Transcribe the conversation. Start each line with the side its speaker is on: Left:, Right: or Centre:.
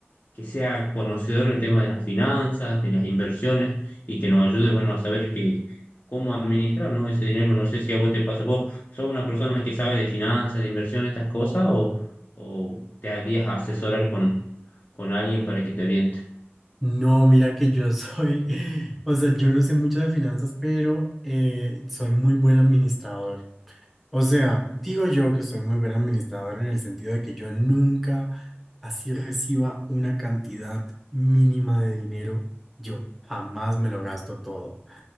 Left: que sea conocedor en el tema de las finanzas, de las inversiones y que nos ayude, bueno, a saber que cómo administrar, ¿no? ese dinero. No sé si a vos te pasa, vos sos una persona que sabe de finanzas, de inversiones, estas cosas, o, o te harías asesorar con, con alguien para que te oriente.
Centre: No, mira que yo soy, <laughs> o sea, yo no sé mucho de finanzas, pero eh, soy muy buen administrador. O sea, digo yo que soy muy buen administrador en el sentido de que yo nunca así reciba una cantidad mínima de dinero, yo jamás me lo gasto todo.